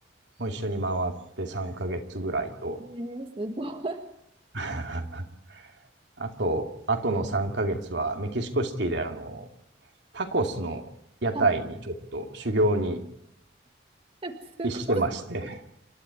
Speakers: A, on the right; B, on the right.
A: もう一緒に回って3ヶ月ぐらいと、
B: えーえすごい。
A: <laughs> あと、あとの3ヶ月はメキシコシティであの、タコスの屋台にちょっと修行に
B: はい。<laughs> すごい。
A: してまして。